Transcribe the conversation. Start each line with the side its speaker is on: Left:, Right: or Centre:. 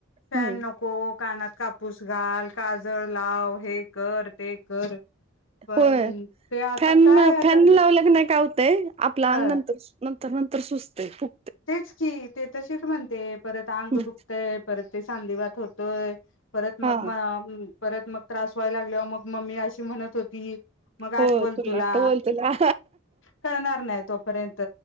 Left: फॅन
Right: हम्म
Left: नको को कानात कापूस घाल काजळ लाव हे कर ते कर. पण
Right: होय
Left: ते आता
Right: फॅन
Left: काय आता
Right: फॅन लावलंग नाही का होतंय आपलं
Left: हा
Right: अंग नंतर सूज नंतर नंतर सुजतंय फुव
Left: तेच की ते तशीच म्हणते परत अंग
Right: हम्म
Left: दुखतय परत ते सांधीवात होतय. परत मग
Right: हा
Left: म परत मग त्रास व्हायला लागल्या मग मम्मी अशी म्हणत होती मग
Right: हो
Left: आठवल तुला
Right: टोल तुला.
Left: कळणार नाही तोपर्यंत.